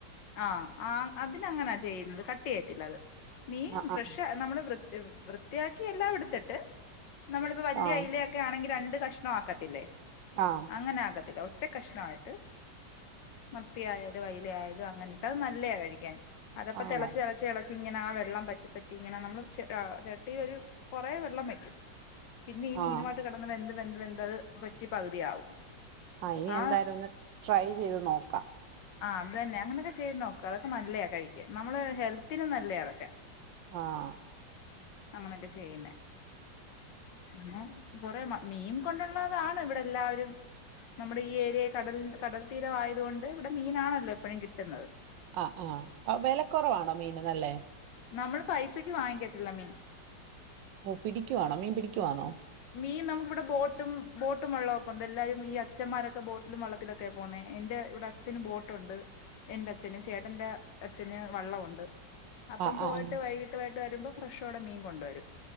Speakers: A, on the left; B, on the right.
A: ആഹ് ആഹ് അതിനങ്ങനാ ചെയ്യുന്നത് കട്ട് യ്യത്തില്ല അത് മീൻ
B: ആഹ്
A: ഫ്രഷ്
B: ആഹ്
A: നമ്മള് വൃ വൃത്തിയാക്കി എല്ലാം ടുത്തിട്ട് നമ്മളിപ്പോ വലിയ
B: ആഹ്
A: അയില ക്കെ ആണെങ്കി രണ്ട് കഷ്ണം ആക്കത്തില്ലേ
B: ആഹ്
A: അങ്ങനെ ആക്കത്തില്ല ഒറ്റ കഷ്ണായിട്ട് മത്തി ആയാലും അയ്ല ആയാലും അങ്ങനെട്ട് അത് നല്ലെ കഴിക്കാൻ അതപ്പ
B: ആണോ
A: തിളച്ചള ചെളച്ച് ങ്ങനെ ആ വെള്ളം വറ്റിപ്പറ്റി ങ്ങനെ നമ്മള് ച ആ ചട്ടി ഒരു കുറെ വെള്ളം വയ്ക്കും പിന്നെ ഈ മീനമായിട്ട്
B: ആഹ്
A: കെടന്ന് വെന്ത് വെന്ത് വെന്ത് അത് പറ്റി പകുതിയാവും
B: ഹാ ഇനി
A: ആ
B: എന്തായാലും ഒന്ന് ട്രൈ ചെയ്ത് നോക്കാം
A: ആഹ് അതന്നെ അങ്ങനൊക്കെ ചെയ്ത് നോക്ക അതൊക്കെ നല്ലയാ കഴിക്ക നമ്മള് ഹെൽത്തിനും നല്ലയാ അതൊക്കെ
B: ആഹ്
A: അങ്ങനെയൊക്കെ ചെയ്യുന്നേ ഉമം കൊറെ മീൻ കൊണ്ടുള്ളതാണ് ഇവിടെ എല്ലാവരും നമ്മുടെ ഈ ഏരിയെ കടലി കടൽ തീര ആയതുകൊണ്ട് വിടെ മീനാണല്ലോ എപ്പോഴും കിട്ടുന്നത്
B: ആഹ് ആഹ് വെലക്കുറവാണോ മീൻ നല്ലേ
A: നമ്മള് പൈസക്ക് വാങ്ങത്തില്ല മീൻ
B: ഓ പിടിക്കുവാണോ മീൻ പിടിക്കുവാണോ
A: മീൻ നമ്മുടെ ബോട്ടും ബോട്ടും വെള്ളമൊക്കെണ്ട്ല്ലാരും ഈ അച്ന്മാരൊക്കെ ബോട്ടിലും വെള്ളത്തിലൊക്കെ പൊവ്ന്നേ എന്റെ ഇവിടെ അച്ഛന് ബോട്ടുണ്ട് എന്റെ അച്ഛന് ചേട്ടന്റെ അച്ഛന് വള്ളണ്ട് അപ്പം
B: ആഹ്
A: പോയിട്ട്
B: ആഹ്
A: വൈകിട്ട് പോയിട്ട് വരുമ്പോ ഫ്രഷോടെ മീൻ കൊണ്ടോരും